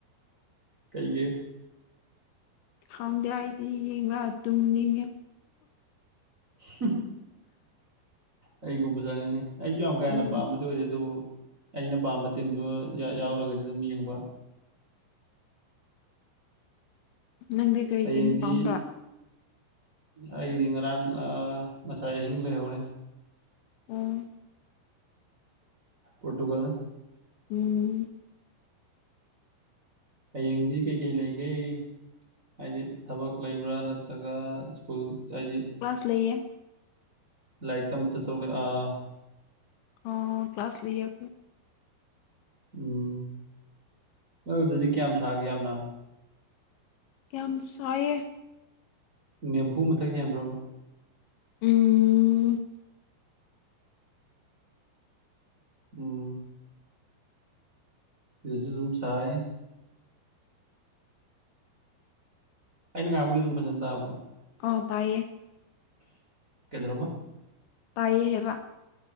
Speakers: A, on the right (about 20°); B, on the left (about 75°).
A: ꯀꯩꯒꯤ
B: ꯈꯪꯗꯦ ꯑꯩꯗꯤ <unintelligible> ꯇꯨꯝꯅꯤꯡꯉꯦ
A: ꯍꯨꯝ ꯑꯩꯒꯨꯝꯕ ꯖꯠꯅꯤꯅꯦ ꯑꯩꯖꯨ ꯌꯥꯝ ꯀꯥ ꯍꯦꯟꯅ
B: ꯎꯝ
A: ꯄꯥꯝꯕꯗꯤ ꯑꯣꯏꯗꯦ ꯑꯗꯨꯕꯨ ꯑꯩꯅ ꯄꯥꯝꯕ ꯇꯤꯝꯗꯨ ꯌꯥꯎꯔꯒꯗꯤ ꯑꯗꯨꯝ ꯌꯦꯡꯕ
B: ꯅꯪꯗꯤ ꯀꯔꯤ
A: ꯍꯌꯦꯡꯗꯤ
B: ꯇꯤꯝ ꯄꯥꯝꯕ꯭ꯔꯥ
A: ꯑꯩꯒꯤꯗꯤ ꯉꯔꯥꯡ ꯑꯥ ꯉꯁꯥꯏ ꯑꯍꯤꯡ ꯂꯩꯍꯧꯔꯦ
B: ꯑꯣ
A: ꯄ꯭ꯔꯣꯇꯨꯒꯜꯅꯦ
B: ꯎꯝ
A: ꯍꯌꯦꯡꯗꯤ ꯀꯩꯀꯩ ꯂꯩꯒꯦ ꯍꯥꯏꯗꯤ ꯊꯕꯛ ꯂꯩꯕ꯭ꯔꯥ ꯅꯠꯇ꯭ꯔꯒ ꯁ꯭ꯀꯨꯜ ꯍꯥꯏꯗꯤ
B: ꯀ꯭ꯂꯥꯁ ꯂꯩꯌꯦ
A: ꯂꯥꯏꯔꯤꯛ ꯇꯝ ꯆꯠꯇꯧꯂꯩ ꯑꯥ
B: ꯑꯣ ꯀ꯭ꯂꯥꯁ ꯂꯩ ꯑꯈꯣꯢ
A: ꯎꯝ ꯅꯣꯏꯗꯗꯤ ꯀꯌꯥꯝ ꯁꯥꯒꯦ ꯌꯥꯝꯅ
B: ꯀ꯭ꯌꯥꯝ ꯁꯥꯢꯌꯦ
A: ꯅꯦꯝꯐꯨ ꯃꯊꯛ ꯍꯦꯟꯕ꯭ꯔꯕ
B: ꯎꯝ
A: ꯎꯝ ꯁꯤꯗꯁꯨꯗꯨꯝ ꯁꯥꯏ ꯑꯩꯅ ꯉꯥꯡꯕꯗꯤ ꯑꯗꯨꯝ ꯐꯖꯅ ꯇꯥꯕ꯭ꯔꯥ
B: ꯑꯥ ꯇꯥꯏꯌꯦ
A: ꯀꯩꯗ꯭ꯧꯔꯕ
B: ꯇꯥꯏꯌꯦ ꯍꯥꯢꯕ